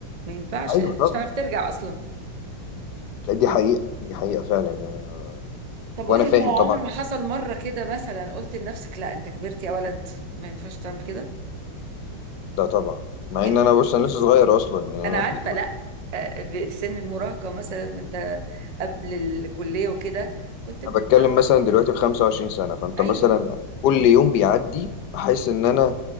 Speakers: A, on the right; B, on the left.
A: ما ينفعش
B: ايوه
A: لأنك
B: طبعا
A: مش هتعرف ترجع أصلا
B: لا، دي حقيقة دي حقيقة فعلا يعني آه،
A: طب
B: وانا
A: قولي
B: فاهم
A: هو
B: طبعا
A: عمر ما حصل مرة كده مثلا قلت لنفسك لا أنت كبرت يا ولد ما ينفعش تعمل كده
B: ده طبعا مع
A: إمتى؟
B: ان انا بص انا لسه صغير اصلا يعني
A: أنا
B: انا
A: عارفة
B: <laughs>
A: لا آه، ب- في سن المراهقة مثلا وأنت قبل الكلية وكده كنت بتلاقي
B: أنا بتكلم مثلا دلوقتي في 25 سنة فانت
A: أيوه
B: مثلا كل يوم بيعدي بحس ان انا